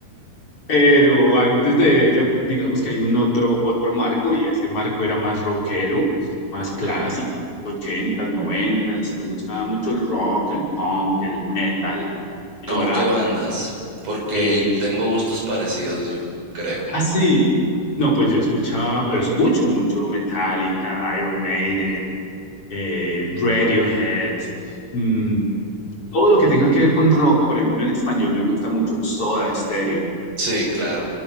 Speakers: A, on the left (about 35°); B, on the right (about 40°).
A: Pero antes de ella, digamos que hay un otro, otro marco y ese marco era más rockero, más
B: ok.
A: clásico, ochentas, noventas. me gustaba mucho el rock, el punk, el metal. Y
B: ¿Cómo
A: ahora,
B: qué bandas? Porque
A: eh,
B: tengo gustos parecidos yo, creo.
A: ah, sí, no, pues yo escuchaba, escucho mucho Metallica, Iron Maiden, eh, Radiohead, mm, todo lo que tenga que ver con rock, por ejemplo, en español me gusta mucho Soda Stereo.
B: Sí, claro.